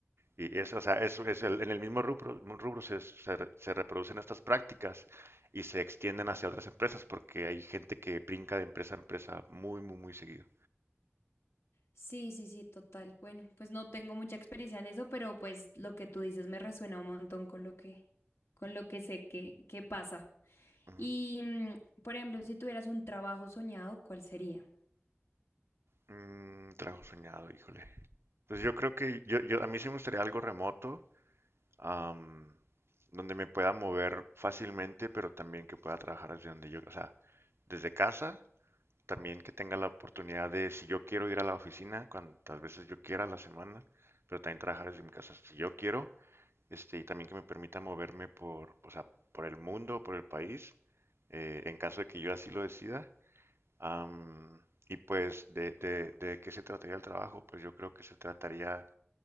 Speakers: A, on the right; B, on the left.
A: Y es, o sea, eso es el- en el mismo rubro, rubro se, se re- se reproducen estas prácticas y se extienden hacia otras empresas porque hay gente que brinca de empresa a empresa muy, muy, muy seguido.
B: Sí, sí, sí, total. Bueno, pues no tengo mucha experiencia en eso, pero pues lo que tú dices me resuena un montón con lo que, con lo que sé que, que pasa.
A: Ujú.
B: Y, mm, por ejemplo, si tuvieras un trabajo soñado, ¿cuál sería?
A: Mm, trabajo soñado, híjole. Pues yo creo que yo, yo, a mí sí me gustaría algo remoto. am, donde me pueda mover fácilmente, pero también que pueda trabajar desde donde yo, o sea, desde casa, también que tenga la oportunidad de, si yo quiero ir a la oficina, cuantas veces yo quiera a la semana, pero también trabajar desde mi casa si yo quiero, este, y también que me permita moverme por, o sea, por el mundo, por el país, eh, en caso de que yo así lo decida. Am, y pues, de, de, ¿de qué se trataría el trabajo? Pues yo creo que se trataría,